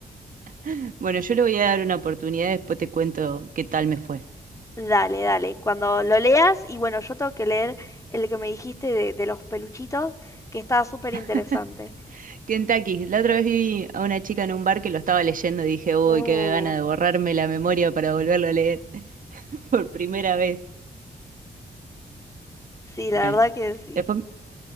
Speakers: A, on the right; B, on the left.
A: <laughs> Bueno, yo le voy a dar una oportunidad, después te cuento qué tal me fue.
B: Dale, dale, cuando lo leas, y bueno, yo tengo que leer el que me dijiste de, de los peluchitos, que estaba súper interesante.
A: <laughs> Kentucky, la otra vez vi a una chica en un bar que lo estaba leyendo y dije, uy,
B: Uh,
A: qué gana de borrarme la memoria para volverlo a leer <laughs> por primera vez.
B: sí, la
A: Bueno,
B: verdad que sí.
A: después...